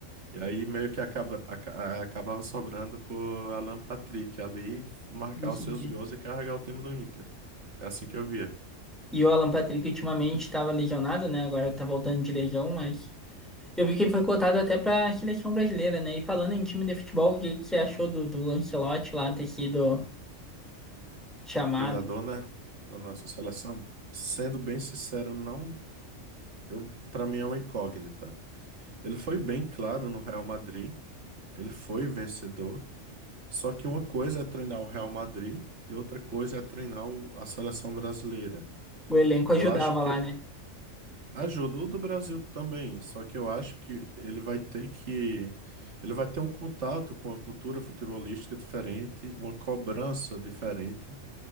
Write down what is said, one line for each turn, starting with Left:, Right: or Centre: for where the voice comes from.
Right: E aí meio que acaba, aca- a- acabava sobrando pro Alan Patrick ali marcar
Centre: decidi.
Right: os seus gols e carregar o time do Inter. É assim que eu via.
Centre: E o Alan Patrick ultimamente estava lesionado, né? Agora tá voltando de legião, mas eu vi que ele foi cotado até para a seleção brasileira, né? E falando em time de futebol, o que que você achou do, do Ancelotti lá ter sido chamado?
Right: treinador, né, da nossa seleção, sendo bem sincero, não, eu, para mim é uma incógnita. Ele foi bem claro no Real Madrid, ele foi vencedor, só que uma coisa é treinar o Real Madrid e outra coisa é treinar o- a seleção brasileira.
Centre: O elenco ajudava
Right: Eu acho que
Centre: lá, né?
Right: ajudou do Brasil também, só que eu acho que ele vai ter que ele vai ter um contato com a cultura futebolística diferente, uma cobrança diferente.